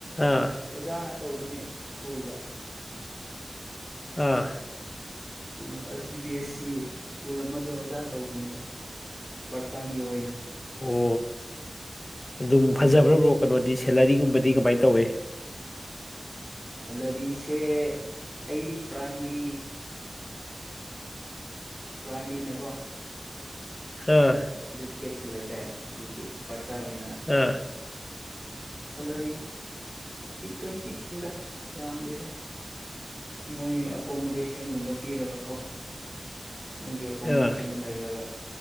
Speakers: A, on the left (about 35°); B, in the centre.
A: ꯑꯥ
B: ꯑꯣꯖꯥ ꯇꯧꯕꯅꯤꯗ ꯁ꯭ꯀꯨꯜꯗ
A: ꯑꯥ
B: school C B C school ꯑꯃꯗ ꯑꯣꯖꯥ ꯇꯧꯕꯅꯤꯗ ꯄꯔꯠꯇꯥꯏꯝꯒꯤ ꯑꯣꯏꯅ
A: ꯑꯣ ꯑꯗꯨꯝ
B: ꯎꯝ
A: ꯐꯖꯕ꯭ꯔꯕ꯭ꯔꯣ ꯀꯩꯅꯣꯗꯤ ꯁꯦꯂꯔꯤꯒꯨꯝꯕꯗꯤ ꯀꯃꯥꯏꯅ ꯇꯧꯋꯦ
B: ꯁꯦꯂꯔꯤꯁꯦ ꯑꯩꯗꯤ ꯄ꯭ꯔꯥꯏꯃꯔꯤ ꯄ꯭ꯔꯥꯏ ꯃꯤꯅꯀꯣ
A: ꯑꯥ
B: ꯇꯤꯀꯦꯠꯁꯨ ꯂꯩꯇꯦ ꯑꯗꯨꯒꯤ ꯄꯥꯔꯠ ꯇꯥꯏꯝ ꯑꯣꯏꯅ
A: ꯑꯥ
B: ꯁꯦꯂꯔꯤꯗꯤ ꯇ꯭ꯋꯦꯟꯇꯤꯗ ꯌꯥꯝꯗꯦꯗ ꯃꯣꯏ ꯑꯦꯀꯣꯃꯣꯗꯦꯁꯟꯒꯨꯝꯕ ꯄꯤꯔꯒ ꯀꯣ ꯃꯣꯏꯒꯤ ꯑꯦꯀꯣꯃꯣꯗꯦꯁꯟꯗ
A: ꯑꯥ
B: ꯂꯩꯔꯒ